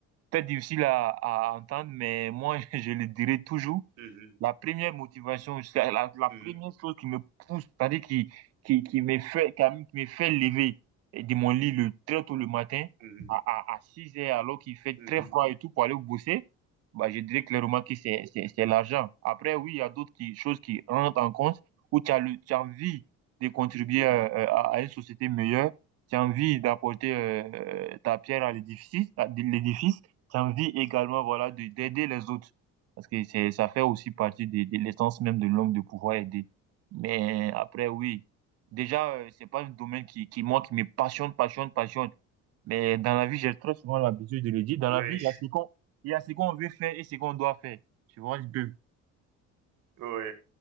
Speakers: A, on the right (about 55°); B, on the right (about 85°).
A: peut-être difficile à, à entendre, mais moi, <laughs> je le dirai toujours.
B: Mhm.
A: La première motivation, c'est la, la
B: Mhm.
A: première chose qui me pousse, c'est-à-dire qui, qui, qui me fait, qui me fait lever de mon lit le, très tôt le matin,
B: Mhm.
A: à, à, à 6 heures, alors qu'il fait
B: Mhm.
A: très froid et tout, pour aller bosser, bah, je dirais clairement que c'est, c'est, c'est l'argent. Après, oui, il y a d'autres qui- choses qui rentrent en compte, où tu as, le, tu as envie de contribuer
B: Mhm.
A: euh, à, à une société meilleure, tu as envie d'apporter euh, euh, ta pierre à l'édifice, à l'édifice, tu as envie également, voilà, de- d'aider les autres. Parce que c'est, ça fait aussi partie de, de l'essence même de l'homme de pouvoir aider. Mais après, oui. Déjà, euh, c'est pas un domaine qui, qui, moi, qui me passionne, passionne, passionne. Mais dans la vie, j'ai très souvent l'habitude de le dire. Dans
B: Oui.
A: la vie, il y a ce qu'on, il y a ce qu'on veut faire et ce qu'on doit faire. Tu vois, je peux.
B: <laughs> Oui.